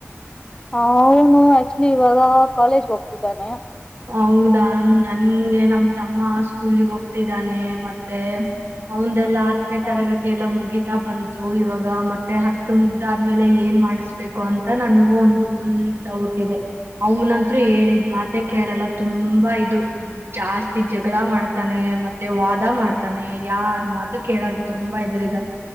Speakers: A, on the left (about 20°); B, on the right (about 55°).
A: ಹ ಅವನು ಆಕ್ಚುಲಿ ಇವಾಗ ಕಾಲೇಜ್ಗೆ ಹೋಗ್ತಿದ್ದಾನೆ
B: ಹೌದಾ ನನ್ಗೆ ನಮ ತಮ್ಮ ಸ್ಕೂಲ್ಿಗೆ ಹೋಗ್ತಿದ್ದಾನೆ ಮತ್ತೆ ಅವ ಎಲ್ಲ ಹತ್ತನೇ
A: ಹ
B: ತರಗತಿ ಎಲ್ಲ ಮುಗ ಬಂತು ಇವಾಗ ಮತ್ತೆ ಹತ್ತು ಮುಗ್ದಾದ ಆದ್ಮೇಲೆ ಏನ್ ಮಾಡಿಸ್ಬೇಕು ಅಂತ ನನಗೂ ಒಂದು ಫುಲ್ ಡೌಟ್ ಇದೆ ಅವನಂತೂ ಹೇಳಿದ್ ಮಾತ ಕೇಳಲ್ಲ ತುಂಬಾ ಇದು ಜಾಸ್ತಿ ಜಗಳ ಮಾಡ್ತಾನೆ ಮತ್ತೆ ವಾದ ಮಾಡ್ತಾನೆ ಯಾರ್ ಮಾತು ಕೇಳಾಗ ತುಂಬಾ ಇದ್ರ ಇದನ್